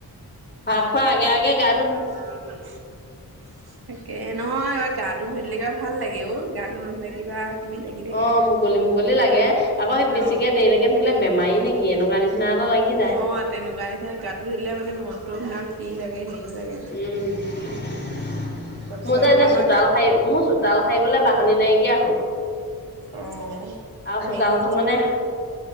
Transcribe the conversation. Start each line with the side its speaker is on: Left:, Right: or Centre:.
Left: ভাত খোৱা আগে-আগে গা
Right: <unintelligible> তাকে, নহয় এবা গাটো ধুই দিলে কিবা ভাল লাগে অ' গাটো নুধুলে কিবা কিবি লাগি থাকে
Left: অ' মুকলি মুকলি লাগে, আকৌ সেই বেছিকে
Right: অ
Left: দেৰিলৈকে থাকিলে বেমাৰী নেকি এনেকুৱা নিচ- চিনা এটা লাগি যায়।
Right: অ তেনেকুৱা নিচিনা গাটো ধুই দিলে মানে মনটো আপোনাৰ ফ্ৰী লাগে হেৰিও লাগে-
Left: উম'
Right: তাৰপিছত
Left: মোৰ যে এতিয়া
Right: আমাক
Left: চোতাল সাই- মো চোতাল সাৰিবলে বাহনি নাইকিয়া হ'ল।
Right: অ্',
Left: আৰু
Right: অ
Left: চোতালখন
Right: হেয়ি
Left: মানে